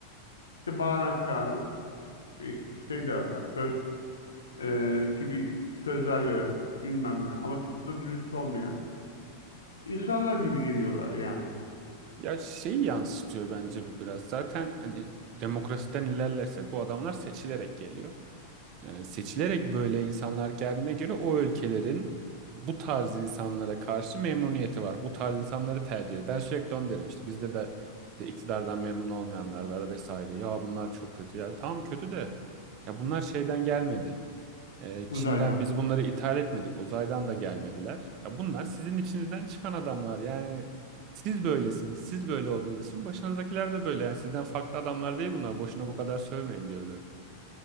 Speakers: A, on the left; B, on the right.
A: işte bağıran çağıran, işte şey dağıtan, söz e, gibi sözler veren bilmem ne ama çok da dürüst olmayan insanlar gibi geliyorlar yani
B: Ya şeyi yansıtıyor bence bu biraz. Zaten hani demokrasiden ilerlersek bu adamlar seçilerek geliyor. E, seçilerek böyle insanlar geldiğine göre o ülkelerin bu tarz insanlara karşı memnuniyeti var. Bu tarz insanları tercih ediyor. Ben sürekli onu derim işte bizde de işte iktidardan memnun olmayanlar var vesaire. Ya bunlar çok kötü. Ya tamam kötü de ya bunlar şeyden gelmedi. E,
A: uzaydan.
B: Çin'den biz bunları ithal etmedik. Uzaydan da gelmediler. Ya bunlar sizin içinizden çıkan adamlar. Yani siz böylesiniz. Siz böyle olduğunuz için başınızdakiler de böyle. Yani sizden farklı adamlar değil bunlar. Boşuna bu kadar sövmeyin diyorum hep.